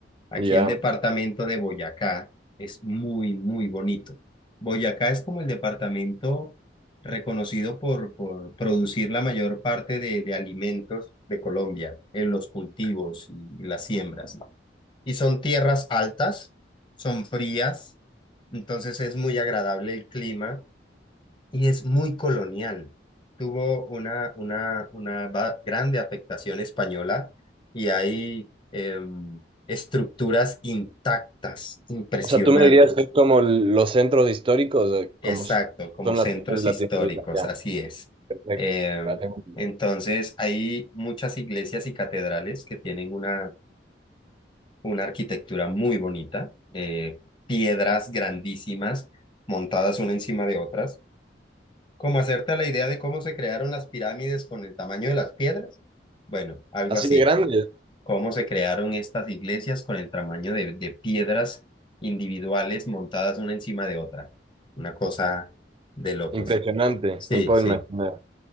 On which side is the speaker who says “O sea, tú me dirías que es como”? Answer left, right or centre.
Right